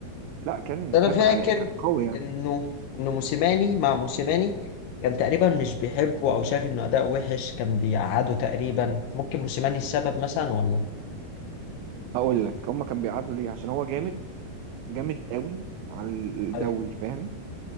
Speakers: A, on the right; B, on the left.
A: لا كان
B: بس انا
A: كان
B: فاكر
A: ع- كان قوي يعني
B: انه انه موسيماني مع موسيماني كان تقريبا مش بيحبه او شايف انه اداء وحش كان بيقعده تقريبا ممكن موسيماني السبب مثلا ولا
A: هقول لك هما كان بيقعدوا ليه عشان هو جامد جامد قوي على الدوري
B: أيوة.
A: فاهم